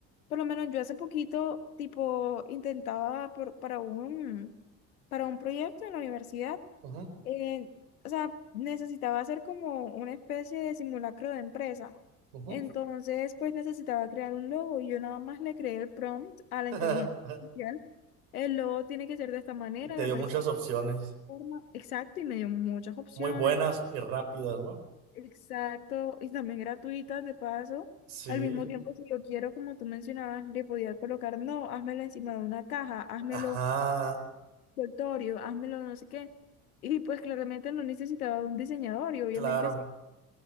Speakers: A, on the left; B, on the right.
A: por lo menos yo hace poquito, tipo, intentaba por- para un, para un proyecto en la universidad,
B: ujú,
A: eh, o sea, necesitaba hacer como una especie de simulacro de empresa.
B: ujú.
A: Entonces, pues necesitaba crear un logo y yo nada más le creé el prompt a la
B: <laughs>
A: inteligencia artificial. El logo tiene que ser de esta manera,
B: Y te
A: la
B: dio
A: empresa
B: muchas
A: de esta
B: opciones,
A: forma, exacto, y me dio muchas opciones
B: muy buenas y rápidas, ¿no?
A: Exacto, y también gratuitas de paso.
B: Sí,
A: Al mismo tiempo, si yo quiero, como tú mencionabas, le podía colocar, no, házmelo encima de una caja, házmelo
B: ajá,
A: envoltorio, házmelo no sé qué. Y pues claramente no necesitaba un diseñador y obviamente
B: claro.
A: sé,